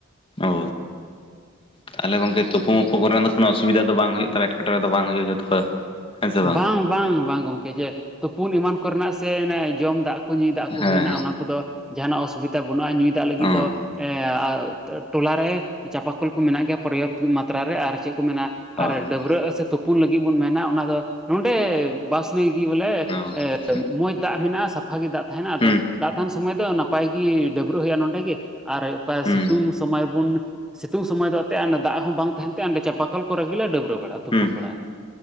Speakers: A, in the centre; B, on the left.
A: <inaudible>
B: ᱚ ᱛᱟᱦᱚᱞᱮ ᱜᱚᱢᱠᱮ ᱛᱳᱯᱳ ᱢᱳᱯᱳ ᱠᱚᱨᱮᱱᱟᱜ ᱫᱚ ᱠᱳᱱᱳ ᱚᱥᱩᱵᱤᱫᱷᱟ ᱫᱚ ᱵᱟᱝ ᱦᱩᱭᱩᱜ ᱛᱟᱯᱮ ᱮᱴᱠᱮᱴᱚᱲᱮ ᱫᱚ ᱵᱟᱝ ᱦᱩᱭᱩᱜᱼᱟ? <unintelligible> ᱥᱮ
A: ᱵᱟᱝᱻᱵᱟᱝᱻᱵᱟᱝ
B: ᱵᱟᱝ
A: ᱜᱚᱝᱠᱮ ᱡᱮ ᱛᱳᱯᱳᱱ ᱮᱢᱟᱱ ᱠᱚᱨᱮᱱᱟᱜ ᱥᱮ ᱡᱚᱢ ᱫᱟᱜ ᱠᱚ ᱧᱩᱭ ᱫᱟᱜ ᱠᱚ
B: ᱦᱮᱸ
A: ᱦᱩᱭᱱᱟ ᱚᱱᱟ ᱠᱚᱫᱚ ᱡᱟᱦᱟᱱᱟᱜ ᱚᱥᱩᱵᱤᱫᱷᱟ ᱵᱟᱹᱱᱩᱜᱼᱟ᱾ ᱧᱩᱭ ᱫᱟᱜ ᱞᱟᱹᱜᱤᱫ
B: ᱦᱮᱸ
A: ᱫᱚ ᱾ ᱮ ᱴᱚᱞᱟ ᱨᱮ ᱪᱟᱯᱟᱠᱚᱞ ᱠᱚ ᱢᱮᱱᱟᱜ ᱜᱮᱭᱟ ᱯᱚᱨᱭᱟᱯᱛᱚ ᱢᱟᱛᱨᱟ ᱨᱮ ᱟᱨ ᱪᱮᱫ ᱠᱚ ᱢᱮᱱᱟ ᱟᱨ
B: ᱚ ᱦᱮᱸ
A: ᱰᱟᱹᱵᱽᱨᱟᱹᱜ ᱥᱮ ᱛᱩᱯᱩᱱ ᱞᱟᱹᱜᱤᱫ ᱵᱚᱱ ᱢᱮᱱᱟ ᱚᱱᱟ ᱫᱚ ᱱᱚᱰᱮ ᱵᱟᱥ ᱱᱟᱹᱭ ᱜᱮ ᱵᱚᱞᱮ
B: ᱚ ᱚ
A: ᱾ ᱮ
B: ᱟᱪᱪᱷᱟ
A: ᱢᱚᱸᱡᱽ ᱫᱟᱜ ᱢᱮᱱᱟᱜᱼᱟ, ᱥᱟᱯᱷᱟ ᱜᱮ ᱫᱟᱜ ᱛᱟᱦᱮᱱᱟ ᱟᱫᱚ
B: ᱦᱩᱸ
A: ᱫᱟᱜ ᱛᱟᱦᱮᱱ ᱥᱚᱢᱚᱭ ᱫᱚ ᱱᱟᱯᱟᱭ ᱜᱮ ᱰᱟᱹᱵᱽᱨᱟᱹᱜ ᱦᱩᱭᱩᱜᱼᱟ᱾ ᱱᱚᱸᱰᱮ ᱜᱮ ᱟᱨ ᱚᱠᱟ
B: ᱦᱩᱸ
A: ᱥᱤᱛᱩᱝ ᱥᱚᱢᱚᱭ ᱵᱚᱱ ᱥᱤᱛᱩᱝ ᱥᱚᱢᱚᱭ ᱫᱚ ᱚᱛᱮ ᱫᱟᱜ ᱦᱚᱸ ᱵᱟᱝ ᱛᱟᱦᱮᱱ ᱛᱮ ᱚᱰᱮ ᱪᱟᱯᱟᱠᱚᱞ ᱠᱚᱨᱮ ᱜᱮᱞᱮ ᱰᱟᱹᱵᱽᱨᱟᱹ ᱵᱟᱲᱟᱜᱼᱟ ᱛᱩᱯᱩᱱ
B: ᱦᱩᱸ
A: ᱵᱟᱲᱟᱜᱼᱟ ᱾